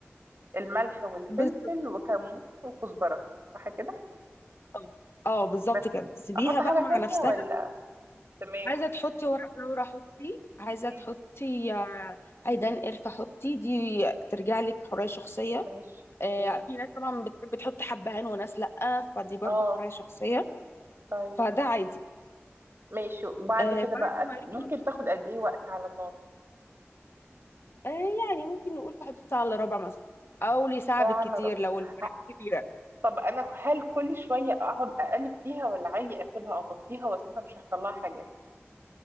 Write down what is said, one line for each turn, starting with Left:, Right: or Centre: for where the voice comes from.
Right: والملح والفلفل
Left: بالظبط
Right: وكمون وكزبره صح كده
Left: اه آه، بالظبط
Right: بس
Left: كده سيبيها
Right: احط حاجة
Left: بقى
Right: تانية
Left: مع نفسها
Right: ولا تمام
Left: عايزه تحطي ورق لورا حطي عايزه
Right: مم.
Left: تحطي آه، عيدان قرفه حطي دي ترجع لك حريه شخصيه
Right: ماشي
Left: آه،
Right: اوكي
Left: في ناس طبعا بتحب تحط حبهان وناس لا فدي برضه
Right: اه
Left: حريه شخصيه
Right: طيب
Left: فده عادي
Right: ماشي بعد
Left: آه،
Right: كده
Left: بعد
Right: بقى
Left: ما يخلص
Right: ممكن تاخد قد ايه وقت على النار
Left: آه، يعني ممكن نقول في حدود ساعه الا ربع مثلا او لساعه
Right: ساعة
Left: بالكتير
Right: الا ربع
Left: لو الفراخ
Right: ه-
Left: كبيره
Right: طب انا ك- هل كل شوية اقعد اقلب فيها ولا عادي اسيبها اغطيها واسيبها مش هيحصل لها حاجة